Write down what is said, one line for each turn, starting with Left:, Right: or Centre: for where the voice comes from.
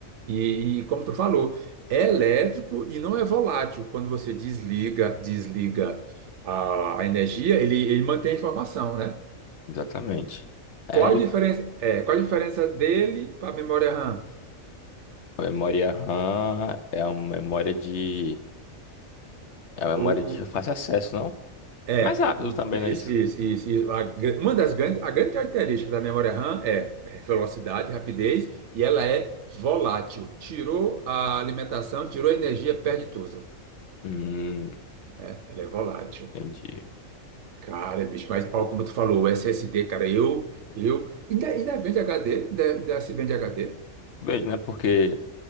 Right: E, e como tu falou, é elétrico e não é volátil. Quando você desliga, desliga a, a energia, ele, ele mantém a informação, né?
Left: Exatamente.
Right: Qual
Left: É,
Right: a
Left: ele-
Right: diferença, é, qual a diferença dele para a memória RAM?
Left: a memória RAM é uma memória de. É uma memória
Right: O,
Left: de
Right: o-
Left: fácil acesso, não?
Right: é,
Left: É mais rápido
Right: o-
Left: também,
Right: isso,
Left: não é isso?
Right: isso, isso, isso. A gran- uma das grandes, a grande característica da memória RAM é é velocidade, rapidez e ela é volátil. Tirou a alimentação, tirou a energia, perde tudo.
Left: Hum,
Right: né? ela é volátil.
Left: entendi.
Right: Cara, bicho, mas ó, como tu falou, o SSD, cara, eu, eu, ainda, ainda vende HD, ainda, ainda se vende HD.
Left: Vejo, né? Porque